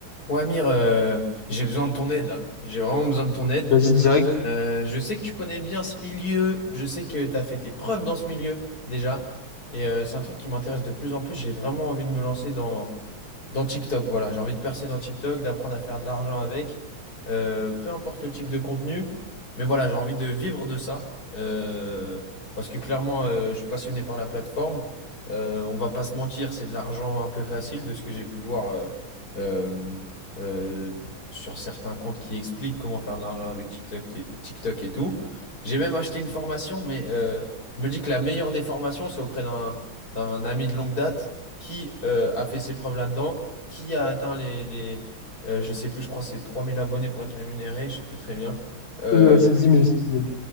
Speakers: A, on the left; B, on the left.
A: Ouais, Amir, euh, j'ai besoin de ton aide là. J'ai vraiment besoin de ton aide.
B: Vas-y, direct.
A: Euh, je sais que tu connais bien ce milieu. Je sais que tu as fait tes preuves dans ce milieu déjà. Et euh, c'est un truc qui m'intéresse de plus en plus. J'ai vraiment envie de me lancer dans, dans TikTok, voilà, j'ai envie de percer dans TikTok, d'apprendre à faire de l'argent avec, euh, peu importe le type de contenu, mais voilà, j'ai envie de vivre de ça, euh, parce que clairement, euh, je suis passionné par la plateforme. Euh, on va pas se mentir, c'est de l'argent un peu facile de ce que j'ai pu voir euh, euh, euh, sur certains comptes qui expliquent comment faire de l'argent avec TikTok et, TikTok et tout. J'ai même acheté une formation, mais euh, je me dis que la meilleure des formations, c'est auprès d'un d'un ami de longue date qui euh, a fait ses preuves là-dedans qui a atteint les, les euh, je sais plus, je crois que c'est 3000 abonnés pour être rémunéré, je sais plus très bien. Euh,
B: Euh, C'est dix mille c'est dix mille